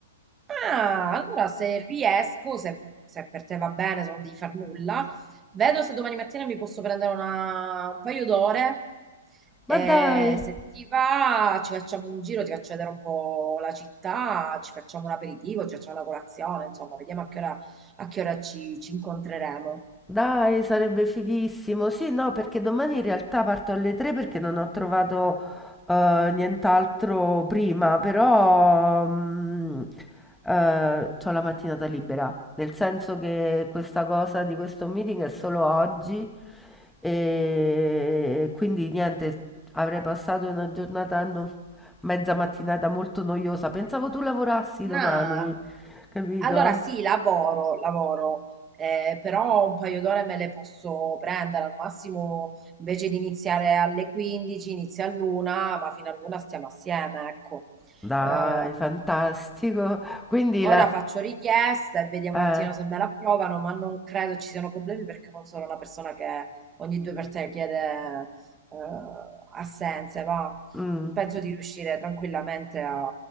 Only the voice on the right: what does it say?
Ah, allora se riesco, se, se per te va bene, se non devi far nulla, vedo se domani mattina mi posso prendere una- un paio d'ore.
E
se ti va, ci facciamo un giro, ti faccio vedere un po' la città, ci facciamo un aperitivo, ci facciamo una colazione, insomma, vediamo a che ora, a che ora ci, ci incontreremo.
Mm.
No,
Allora sì, lavoro, lavoro, eh, però un paio d'ore me le posso prendere, al massimo invece di iniziare alle 15, inizia all'una, ma fino all'una stiamo assieme, ecco.
Eh,
ora
faccio richiesta e vediamo
un attimo se me la approvano, ma non credo ci siano problemi perché non sono una persona che ogni due per tre chiede eh, assenze, va.
Penso di riuscire tranquillamente a...